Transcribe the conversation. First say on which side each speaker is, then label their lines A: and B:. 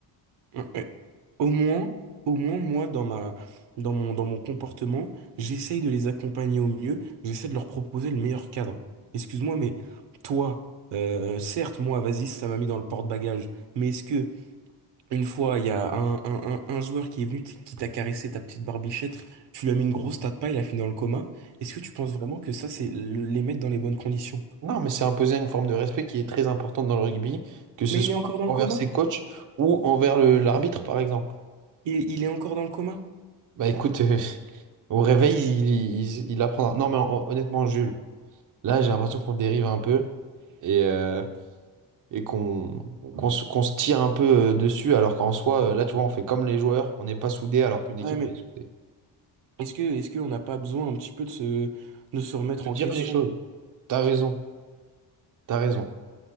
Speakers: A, on the right; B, on the right.
A: Ouais, ouais. Au moins, au moins, moi, dans ma, dans mon, dans mon comportement, j'essaye de les accompagner au mieux, j'essaie de leur proposer le meilleur cadre. Excuse-moi, mais toi, euh, certes, moi, vas-y, ça m'a mis dans le porte-bagages, mais est-ce que, une fois, il y a un, un, un, un joueur qui est venu, t- qui t'a caressé ta petite barbichette, tu lui as mis une grosse tas de paille, il a fini dans le coma, est-ce que tu penses vraiment que ça, c'est l- les mettre dans les bonnes conditions?
B: Non, mais c'est imposer une forme de respect qui est très importante dans le rugby, que ce
A: Mais
B: soit
A: il est encore dans
B: envers
A: le coma?
B: ses coachs ou envers le- l'arbitre, par exemple.
A: Il, il est encore dans le coma?
B: Bah écoute, euh, <laughs> au réveil, il, il, il apprendra. Non, mais hon- honnêtement, Jules, là, j'ai l'impression qu'on dérive un peu, et... euh, et qu'on qu'on se, qu'on se tire un peu euh, dessus, alors qu'en soi, euh, là, tu vois, on fait comme les joueurs, on n'est pas soudés alors qu'une équipe
A: Ouais, mais
B: elle est soudée.
A: Est-ce que, est-ce qu'on n'a pas besoin un petit peu de se, de se remettre
B: Se
A: en
B: dire
A: question?
B: les choses. T'as raison, t'as raison.